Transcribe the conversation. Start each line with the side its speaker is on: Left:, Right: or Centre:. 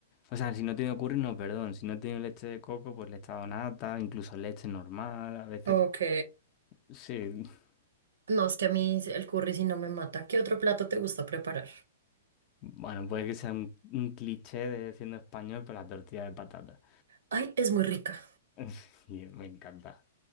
Left: O sea, si no he tenido curry, no, perdón. Si no he tenido leche de coco, pues le he echado nata, incluso leche normal. A veces,
Right: Ok.
Left: sí. <laughs>
Right: No, es que a mí el curry sí no me mata. ¿Qué otro plato te gusta preparar?
Left: Bueno, puede que sea un, un cliché de siendo español, pero la tortilla de patata.
Right: Ay, es muy rica.
Left: <laughs> Y me encanta.